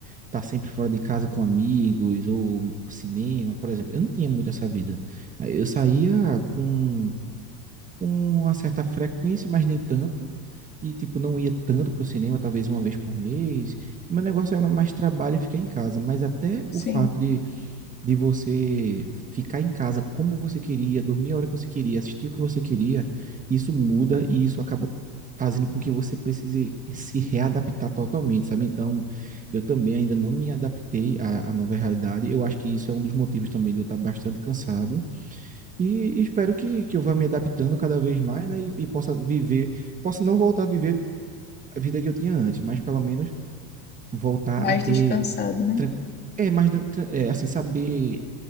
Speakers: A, on the right; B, on the left.
A: estar sempre fora de casa com amigos ou cinema, por exemplo. Eu não tinha muito essa vida. Eu saía com com uma certa frequência, mas nem tanta. E, tipo, não ia tanto pro cinema, talvez uma vez por mês. Meu negócio era mais trabalho e ficar em casa. Mas até
B: sim.
A: o fato de, de você ficar em casa como você queria, dormir a hora que você queria, assistir o que você queria, isso muda e isso acaba fazendo com que você precise se readaptar totalmente, sabe? Então, eu também ainda não me adaptei à, à nova realidade. Eu acho que isso é um dos motivos também de eu estar bastante cansado e e espero que, que eu vá me adaptando cada vez mais, né? E, e possa viver, possa não voltar a viver a vida que eu tinha antes, mas pelo menos voltar
B: mais
A: a ter,
B: descansado, né?
A: tranqu- é, mais, dan- tran- é, assim, saber